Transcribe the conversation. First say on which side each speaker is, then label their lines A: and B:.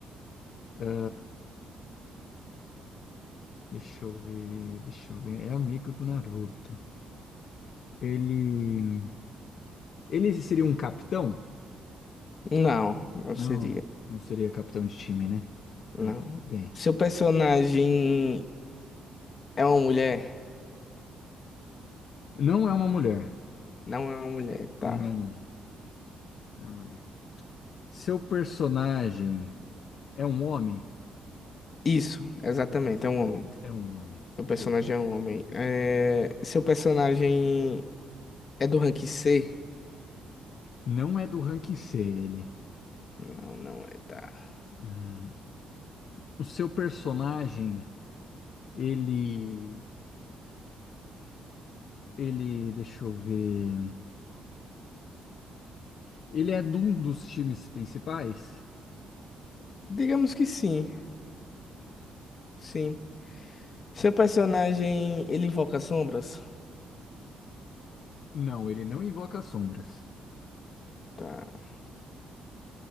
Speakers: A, on the left (about 65°); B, on the left (about 45°).
A: é, Deixa eu ver, deixa eu ver. É amigo do Naruto. Ele, ele seria um capitão?
B: Não, não
A: Não,
B: seria.
A: não seria capitão de time, né? Não.
B: Não.
A: Bem,
B: Seu personagem é uma mulher?
A: não é uma mulher.
B: Não é uma mulher, tá.
A: Não é uma mulher. Não é uma mulher. Seu personagem é um homem?
B: Isso, exatamente, é um homem.
A: É um homem.
B: Seu personagem
A: Bem,
B: é um homem. É, Seu personagem é do rank C?
A: não é do rank C ele.
B: Não, não é, tá.
A: Hum, O seu personagem, ele, ele, deixa eu ver. Ele é de um dos times principais?
B: Digamos que sim, sim. Seu personagem, ele invoca sombras?
A: Não, ele não invoca sombras.
B: Tá.